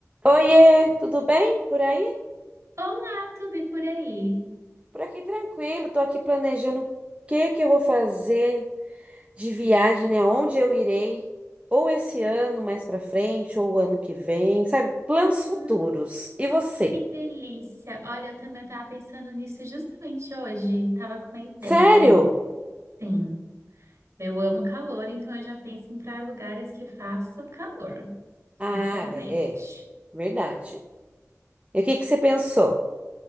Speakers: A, on the right (about 25°); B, on the right (about 55°).
A: Oiê, tudo bem por aí?
B: Olá, tudo e por aí?
A: Por aqui tranquilo, tô aqui planejando o que que eu vou fazer de viagem, né? Onde eu irei, ou esse ano mais pra frente, ou o ano que vem, sabe? Planos
B: Uhum.
A: futuros. E você?
B: Que delícia! Olha, eu também estava pensando nisso justamente hoje. Tava com uma ideia
A: Sério?
B: aí. Sim, eu amo calor, então eu já penso em para lugares que façam calor,
A: Ah,
B: sinceramente.
A: é, é, verdade. E o que que você pensou?